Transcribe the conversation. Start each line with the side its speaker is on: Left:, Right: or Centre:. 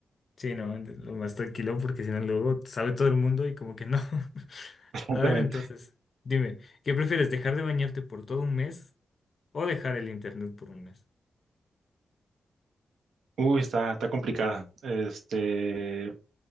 Left: Sí, no, entonces, lo más tranquilo porque si no luego sabe todo el mundo y como que no. <laughs>
Right: <laughs> Exactamente.
Left: A ver, entonces, dime, ¿qué prefieres, dejar de bañarte por todo un mes o dejar el internet por un mes?
Right: Uy, está, está complicada. Este,